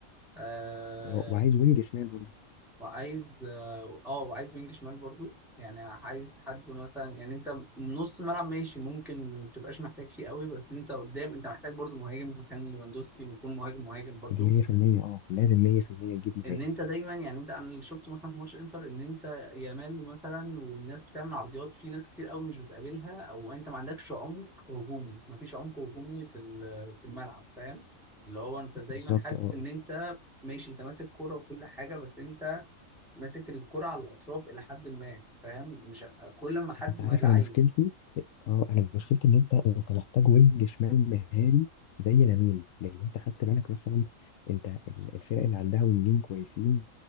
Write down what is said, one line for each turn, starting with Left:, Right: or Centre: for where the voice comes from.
Centre: آه
Left: اه وعايز وينج شمال برضه
Centre: وعايز اه آه، وعايز وينج شمال برضو يعني عايز حد مثلا يعني انت نص ملعب ماشي ممكن ما تبقاش محتاج فيه قوي بس انت قدام انت محتاج برضو مهاجم مكان ليفاندوسكي يكون مهاجم مهاجم برضو
Left: دي 100% اه لازم 100% تجيب مهاجم
Centre: ان انت دايما يعني انت انا اللي شفته مثلا في ماتش انتر ان انت يامال مثلا والناس بتعمل عرضيات في ناس كتير قوي مش بتقابلها او انت ما عندكش عمق هجومي ما فيش عمق هجومي في ال- في الملعب فاهم اللي هو انت دايما
Left: بالظبط
Centre: حاسس
Left: اه
Centre: ان انت ماشي انت ماسك كرة وكل حاجة بس انت ماسك الكرة على الاطراف الى حد ما فاهم مش كل ما حد
Left: انت عارف
Centre: ما لعيب
Left: انا مشكلتي اه انا مشكلتي ان انت انت محتاج وينج شمال مهاري زي لامين لان انت خدت بالك مثلا انت ال- الفرق اللي عندها وينجين كويسين